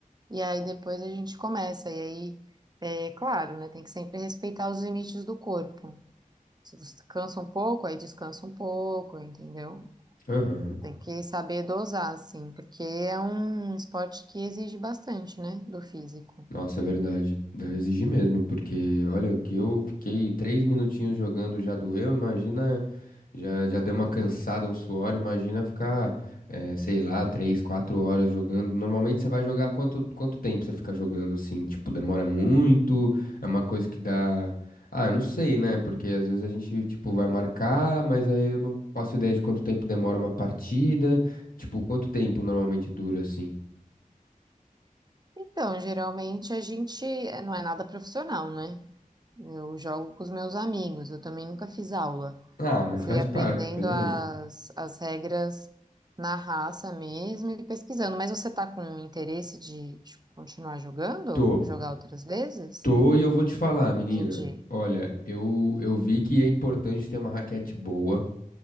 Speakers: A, on the right; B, on the left.
A: e aí depois a gente começa. E aí, é claro, né, tem que sempre respeitar os limites do corpo. Se você cansa um pouco, aí descansa um pouco, entendeu?
B: Aham.
A: Tem que saber dosar, assim, porque é um esporte que exige bastante, né, do físico.
B: Nossa, é verdade. Deve exigir mesmo, porque olha, o que eu fiquei três minutinhos jogando já doeu, imagina, já, já deu uma cansada, um suor, imagina ficar, eh, sei lá, três, quatro horas jogando. Normalmente você vai jogar quanto, quanto tempo você fica jogando assim? Tipo, demora muito? É uma coisa que dá. Ah, eu não sei, né? Porque às vezes a gente, tipo, vai marcar, mas aí eu não faço ideia de quanto tempo demora uma partida. Tipo, quanto tempo normalmente dura assim?
A: Então, geralmente a gente eh, não é nada profissional, né? Eu jogo com os meus amigos, eu também nunca fiz aula.
B: Ah, mas
A: Eu fui
B: faz
A: aprendendo
B: parte, beleza.
A: as, as regras na raça mesmo e pesquisando. Mas você tá com interesse de, de continuar jogando?
B: tô
A: Jogar outras vezes?
B: Tô e eu vou te falar, menina.
A: Entendi.
B: Olha, eu, eu vi que é importante ter uma raquete boa,